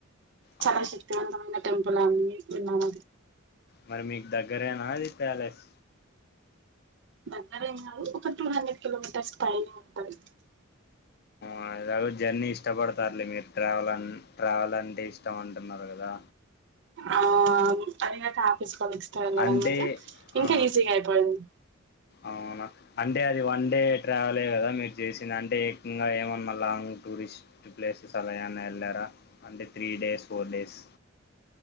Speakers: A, on the right (about 60°); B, on the left (about 50°).
A: చాలా
B: ఆ
A: శక్తివంతమైన టెంపుల్ అని విన్నామ
B: మరి మీకు దగ్గరేనా అది ప్యాలెస్
A: దగ్గరేం కాదు. ఒక టూ హండ్రెడ్ కిలోమీటర్స్ పైనే ఉంటది.
B: ఆ ఎలాగో జర్నీ ఇష్టపడతారులే మీరు ట్రావెల్ అన్ ట్రావెల్ అంటే ఇష్టం అంటున్నారు కదా
A: ఆ పదిగంటల ఆఫీస్ కలిస్ తో వెళ్ళడం
B: అంటే
A: వల్ల ఇంకా
B: ఆ
A: ఈజీగా అయిపోయింది
B: అవునా అంటే అది వన్ డే ట్రావెల్ ఏ కదా మీరు చేసింది. అంటే ఇంగా ఏమన్నా లాంగ్ టూర్ టూరిస్ట్ ప్లేసెస్ అలా ఏవన్నా వెళ్ళారా అంటే three days, four days.